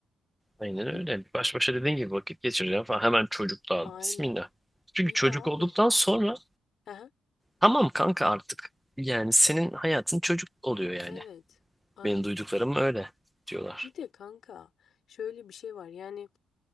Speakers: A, in the centre; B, on the left.
A: Aynen
B: Bir,
A: öyle. Baş başa dediğin gibi vakit geçireceğim falan. Hemen çocuk da al.
B: aynen.
A: Bismillah. Çünkü
B: Bir
A: çocuk
B: de abi.
A: olduktan sonra
B: Aha,
A: tamam kanka artık. Yani senin hayatın çocuk oluyor yani.
B: evet. Aynen.
A: Benim duyduklarım öyle diyorlar.
B: Bir de kanka şöyle bir şey var. Yani